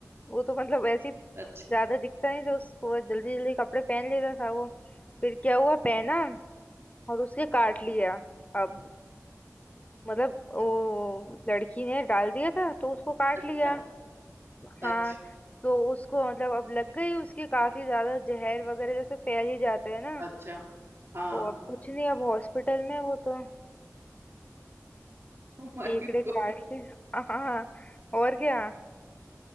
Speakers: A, on the left; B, on the right.
A: वो तो मतलब ऐसे ही
B: अच्छा
A: ज्यादा दिखता नहीं था उसको वो जल्दी जल्दी कपड़े पहन लेता था वो फिर क्या हुआ पहना और उसके काट लिया अब मतलब वो लड़की ने डाल दिया था तो उसको काट
B: अच्छा
A: लिया
B: अच्छा
A: हाँ तो उसको मतलब अब लग गई उसकी काफी ज्यादा जहर वगैरह जैसे फैल ही जाते हैं ना
B: अच्छा हाँ
A: तो अब कुछ नहीं अब हॉस्पिटल में है वो तो
B: ओ माय
A: केकड़े
B: गॉड
A: काट ले हाँ और क्या